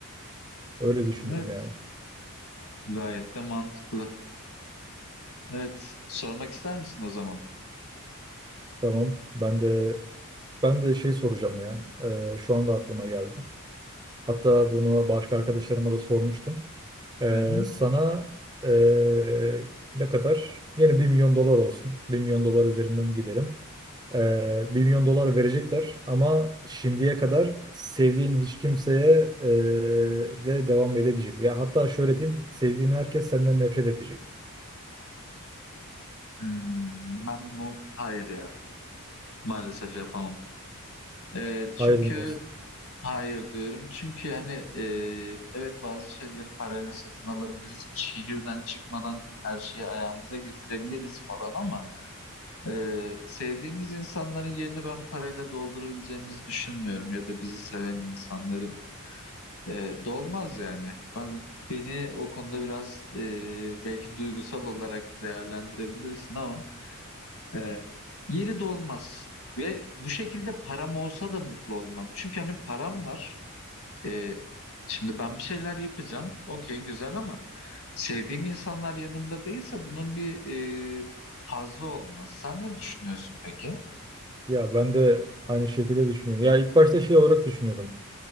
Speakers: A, on the right; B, on the left.
A: Öyle düşünürüm
B: Evet.
A: yani.
B: Gayet de mantıklı. Evet. Sormak ister misin o zaman?
A: Tamam. Ben de ben de şey soracağım ya. E, şu anda aklıma geldi. Hatta bunu başka arkadaşlarıma da sormuştum. Ee,
B: Hı-hı.
A: sana ee, ne kadar? Yine bir milyon dolar olsun. bir milyon dolar üzerinden gidelim. Ee, 1 milyon dolar verecekler ama şimdiye kadar sevdiğin hiç kimseye ee, de devam edemeyeceksin. Ya hatta şöyle diyeyim, sevdiğin herkes senden nefret edecek.
B: Hmm, ben bunu hayır ya. Maalesef yapamam. E, çünkü
A: Hayır mı diyorsun?
B: Hayır diyorum. Çünkü yani e, evet bazı şeyleri parayla satın alabiliriz. Şehirden çıkmadan her şeyi ayağımıza getirebiliriz falan ama e, sevdiğimiz insanların yerini ben parayla doldurabileceğimizi düşünmüyorum ya da bizi seven insanların e, dolmaz yani. Ben beni o konuda biraz e, belki duygusal olarak değerlendirebilirsin ama e, yeri dolmaz. Ve bu şekilde param olsa da mutlu olmam. Çünkü hani param var. E, şimdi ben bir şeyler yapacağım. Okey güzel ama sevdiğim insanlar yanımda değilse bunun bir e, hazzı olmaz. Sen ne düşünüyorsun peki?
A: Ya ben de aynı şekilde düşünüyorum. Ya ilk başta şey olarak düşünüyordum.